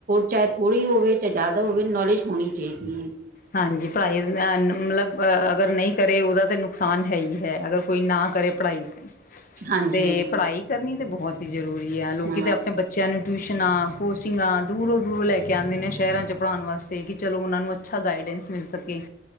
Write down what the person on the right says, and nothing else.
ਚਾਹੇ ਥੋੜੀ ਹੋਵੇ। ਚਾਹੇ ਜ਼ਿਆਦਾ ਹੋਵੇ, ਨੌਲੇਜ ਹੋਣੀ ਚਾਹੀਦੀ ਹੈ।
ਹਾਂਜੀ
ਹਾਂ